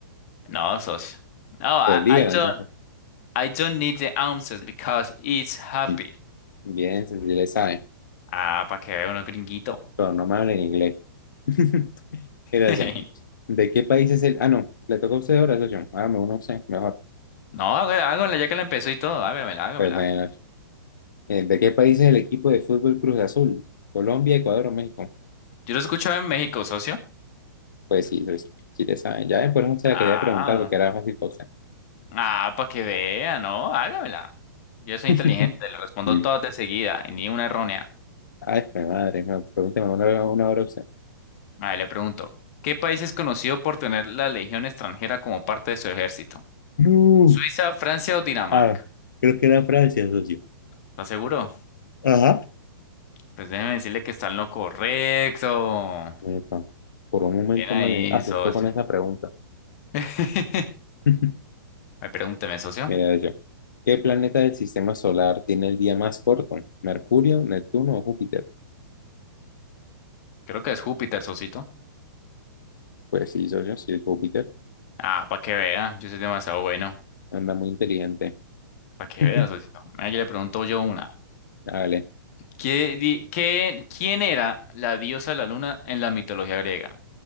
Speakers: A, on the left; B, on the left.
A: No, socio. No, I,
B: Pues dígala
A: I don't,
B: entonces.
A: I don't need the answers because it's happy.
B: Mm. Bien, si le sabe,
A: Ah, para que vea uno gringuito.
B: pero no me habla en inglés. <laughs> Mira,
A: <laughs>
B: Ocean, ¿de qué país es el...? Ah, no, le toca a usted ahora, Ocean. Hágame una opción, mejor.
A: No, hágale- hágamela ya que la empezó y todo. Hágamela, hágamela.
B: Pues bueno, eh, ¿de qué país es el equipo de fútbol Cruz Azul? ¿Colombia, Ecuador o México?
A: Yo lo escuchaba en México, socio.
B: Pues sí, sí, sí le saben. Ya después no se
A: Ah,
B: la quería preguntar porque era muy cosa.
A: ah, para que vea, ¿no? Hágamela. Yo soy
B: <laughs>
A: inteligente, le respondo
B: Mm.
A: todas de seguida y ni una errónea.
B: Ay, mi madre, no, pregúnteme una, una hora a usted.
A: Ahí le pregunto, ¿qué país es conocido por tener la Legión extranjera como parte de su ejército?
B: No.
A: ¿Suiza, Francia o Dinamarca?
B: Ah, creo que era Francia, socio.
A: ¿Está seguro?
B: Ajá.
A: Pues déjeme decirle que está en lo correcto.
B: Epa, por un momento
A: Bien ahí,
B: me asustó
A: socio.
B: con esa pregunta.
A: <laughs>
B: <laughs>
A: Ay, pregúnteme, socio.
B: Mira yo. ¿Qué planeta del sistema solar tiene el día más corto? ¿Mercurio, Neptuno o Júpiter?
A: Creo que es Júpiter, socito.
B: Pues sí, socio, sí es Júpiter.
A: Ah, para que vea, yo soy demasiado bueno.
B: Anda muy inteligente.
A: Para que
B: <laughs>
A: vea, socito. Mira, yo le pregunto yo una.
B: Dale.
A: ¿Qué, di- qué- quién era la diosa de la luna en la mitología griega?